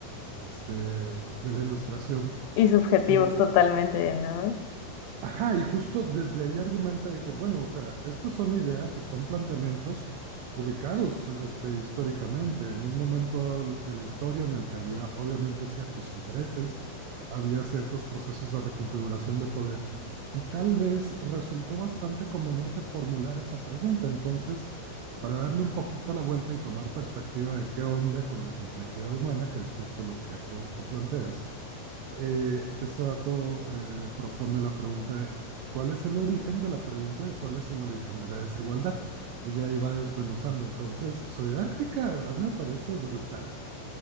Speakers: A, on the right (about 85°); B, on the left (about 85°).
A: este, de la ilustración.
B: Y subjetivos
A: Eh,
B: totalmente, ¿no?
A: Ajá, y justo desde ahí argumenta de que, bueno, o sea, estas son ideas o son planteamientos ubicados este, históricamente, en un momento dado de la historia en el que había obviamente ciertos intereses, había ciertos procesos de reconfiguración de poder, y tal vez resultó bastante conveniente formular esa pregunta. Entonces, para darle un poquito la vuelta y tomar perspectiva de qué onda con la complejidad humana, que es justo lo que tú, tú planteas, eh, este vato eh, propone la pregunta de cuál es el origen de la pregunta de cuál es el origen de la desigualdad. Y de ahí va desmenuzando. Entonces, su didáctica a mí me parece brutal.